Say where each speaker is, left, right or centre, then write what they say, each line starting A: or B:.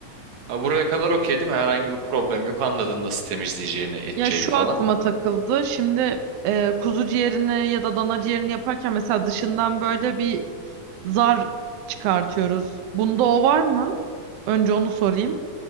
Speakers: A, on the right; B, on the right.
A: Ha, buraya kadar okey değil mi? Herhangi bir problem yok. Anladın nasıl temizleyeceğini, edeceğini
B: Ya şu
A: falan.
B: aklıma takıldı. Şimdi e, kuzu ciğerini ya da dana ciğerini yaparken mesela dışından böyle bir zar çıkartıyoruz. Bunda o var mı? Önce onu sorayım.